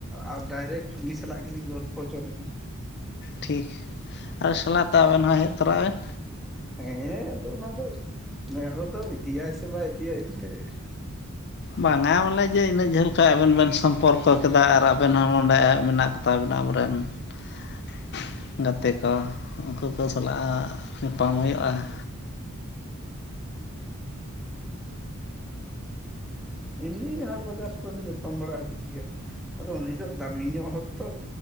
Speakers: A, in the centre; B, on the left.
A: ᱟᱨ ᱰᱟᱭᱨᱮᱠᱴ ᱩᱱᱤ ᱥᱟᱞᱟᱜ ᱜᱮᱞᱤᱧ ᱜᱚᱞᱯᱚ ᱚᱪᱚ ᱵᱮᱱᱟ᱾
B: ᱴᱷᱤᱠ ᱟᱨ ᱥᱟᱞᱟᱜ ᱛᱮ ᱟᱵᱮᱱ ᱦᱚᱸ ᱦᱮᱡ ᱛᱚᱨᱟᱜ ᱵᱮᱱ᱾
A: ᱦᱮᱸ ᱟᱫᱚ ᱚᱱᱟ ᱫᱚ ᱱᱮᱦᱚᱲ ᱫᱚ ᱤᱫᱤᱭᱟᱭ ᱥᱮ ᱵᱟᱭ ᱤᱫᱤᱭᱟᱭ ᱮᱱᱛᱮᱫ᱾
B: ᱵᱟᱝᱟ ᱵᱚᱞᱮ ᱡᱮ ᱤᱱᱟᱹᱜ ᱡᱷᱟᱹᱞ ᱠᱷᱚᱡ ᱟᱵᱮᱱ ᱵᱮᱱ ᱥᱚᱢᱯᱚᱨᱠᱚ ᱠᱮᱫᱟ ᱟᱨ ᱟᱵᱮᱱ ᱦᱚᱸ ᱱᱚᱸᱰᱮ ᱢᱮᱱᱟᱜ ᱠᱚ ᱛᱟᱵᱮᱱᱟ ᱟᱵᱚ ᱨᱮᱱ <unintelligible> ᱜᱟᱛᱮ ᱠᱚ ᱩᱱᱠᱩ ᱠᱚ ᱥᱟᱞᱟᱜ ᱧᱟᱯᱟᱢ ᱦᱩᱭᱩᱜᱼᱟ᱾ ᱟᱜ
A: ᱮᱢᱱᱤ ᱜᱮ ᱦᱟᱴ ᱵᱟᱡᱟᱨ ᱠᱚᱨᱮ ᱫᱚ ᱧᱟᱯᱟᱢ ᱵᱟᱲᱟ ᱦᱩᱭᱩᱜ ᱜᱮᱭᱟ᱾ ᱟᱫᱚ ᱩᱱᱤ ᱫᱚ ᱫᱟᱹᱢᱤ ᱧᱚᱜ ᱦᱚᱲ ᱛᱚ᱾